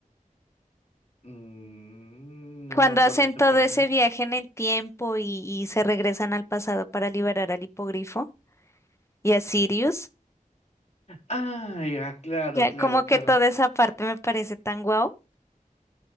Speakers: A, on the left; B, on the left.
A: Mm, no
B: cuando
A: me acuerdo
B: hacen
A: de esa
B: todo
A: parte.
B: ese viaje en el tiempo y, y se regresan al pasado para liberar al hipogrifo y a Sirius.
A: Ah, ya, claro,
B: Ya,
A: claro,
B: como
A: claro.
B: que toda esa parte me parece tan guau.